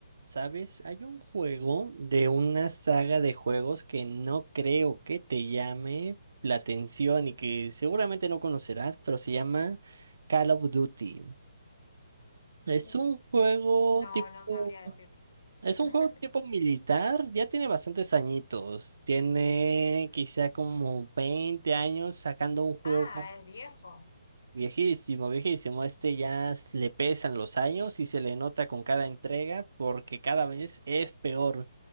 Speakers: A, on the right; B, on the left.
A: ¿Sabes? Hay un juego de una saga de juegos que no creo que te llame la atención y que seguramente no conocerás, pero se llama Call of Duty. Es
B: Eh,
A: un juego
B: No,
A: tipo,
B: no sabría decirte.
A: es un
B: <laughs>
A: juego tipo militar, ya tiene bastantes añitos, tiene quizá como 20 años sacando un juego
B: Ah,
A: ca-
B: es viejo.
A: viejísimo, viejísimo. Este ya s- le pesan los años y se le nota con cada entrega porque cada vez es peor.